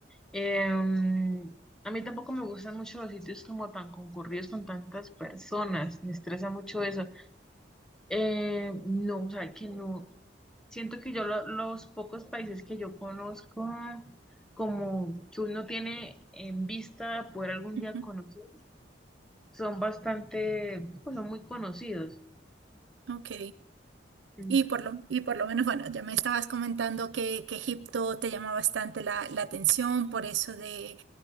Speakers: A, in the centre; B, on the right (about 80°).
A: Em, a mí tampoco me gustan mucho los sitios como tan concurridos con tantas personas, me estresa mucho eso. Eh, no, o sea, que no, siento que yo lo- los pocos países que yo conozco, como que uno tiene en vista poder algún
B: ujú,
A: día conocer, son bastante, pues son muy conocidos.
B: Ok.
A: Mm,
B: Y por lo, y por lo menos, bueno, ya me estabas comentando que, que Egipto te llama bastante la, la atención por eso de,